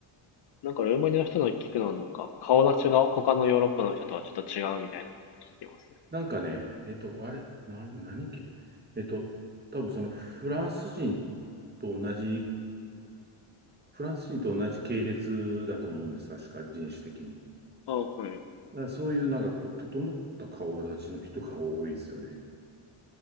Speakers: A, on the left; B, on the right.
A: なんかルーマニアの人の聞くのはなんか、顔立ちが他のヨーロッパの人とはちょっと違うみたいなの聞きますね。
B: なんかね、えっと、あれ、な、何系、えっと、多分そのフランス人と同じ、フランス人と同じ系列だと思うんです、確か人種的に。
A: ああ、はい。
B: だからそういうなんかこう、整った顔立ちの人が多いですよね。